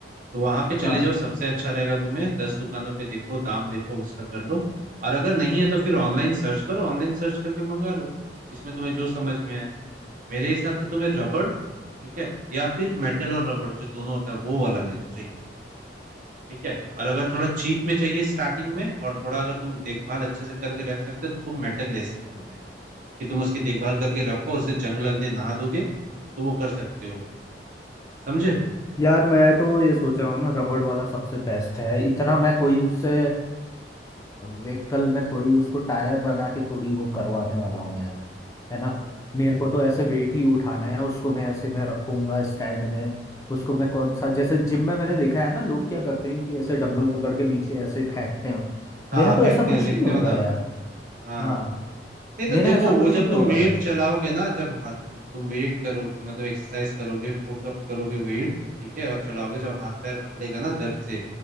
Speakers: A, on the right; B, on the left.
A: तो वहां पे चले
B: हाँ।
A: जाओ सबसे अच्छा रहेगा तुम्हें दस दुकानों पे देखो दाम देखो उसका कर लो और अगर नहीं है तो फिर ऑनलाइन सर्च करो ऑनलाइन सर्च करके मंगा लो इसमें तुम्हें जो समझ में आए मेरे हिसाब से तुम्हें रबड़ ठीक है या फिर मेटल और रबड़ जो दोनों होता है वो वाला लेना चाहिए ठीक है और अगर थोड़ा चीप में चाहिए स्टार्टिंग में और थोड़ा अगर तुम देखभाल अच्छे से करके रख सकते हो तो तुम मेटल ले सकते हो भाई कि तुम उसकी देखभाल करके रखो उसे जंग लगने ना दोगे तो वो कर सकते हो समझे
B: यार मैं तो ये सोच रहा हूँ ना रबड़ वाला सबसे बेस्ट है इतना मैं कोई उससे व्हीकल में थोड़ी उसको टायर बना के थोड़ी वो करवाने वाला हूँ यार है ना मेरे को तो ऐसे वेट ही उठाना है उसको मैं ऐसे मैं रखूंगा स्टैंड में उसको मैं कौन सा जैसे जिम में मैंने देखा है ना लोग क्या करते हैं कि ऐसे डंबल पकड़ के नीचे ऐसे फेंकते हैं
A: हाँ
B: मेरा तो
A: फेंकते
B: ऐसा कुछ
A: हैं देखते
B: नहीं होगा
A: हो ना
B: यार
A: हाँ
B: हाँ
A: नहीं तो
B: मेरा
A: देखो
B: ऐसा कुछ
A: वो जब
B: नहीं
A: तुम
B: होगा
A: वेट
B: भाई
A: चलाओगे ना जब हाथ तुम वेट करोगे मतलब एक्सरसाइज करोगे पुटअप करोगे वेट ठीक है और चलाओगे जब हाथ पैर अकड़ेगा ना दर्द से